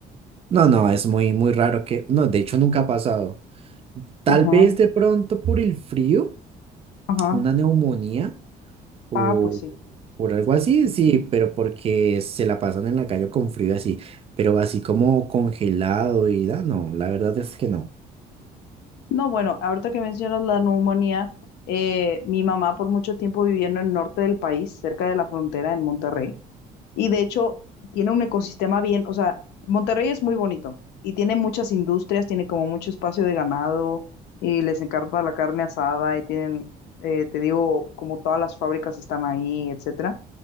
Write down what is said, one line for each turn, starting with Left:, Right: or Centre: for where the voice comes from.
Right: no, no, es muy, muy raro que, no, de hecho nunca ha pasado. Tal
Left: Ajá,
Right: vez de pronto por el frío,
Left: ajá.
Right: una neumonía o
Left: Ah, pues sí.
Right: por algo así, sí, pero porque se la pasan en la calle con frío así, pero así como congelado y da, no, la verdad es que no.
Left: No, bueno, ahorita que mencionas la neumonía, eh, mi mamá por mucho tiempo viviendo en el norte del país, cerca de la frontera en Monterrey. Y de hecho, tiene un ecosistema bien, o sea, Monterrey es muy bonito y tiene muchas industrias, tiene como mucho espacio de ganado y les encanta la carne asada y tienen, eh, te digo, como todas las fábricas están ahí, etcétera.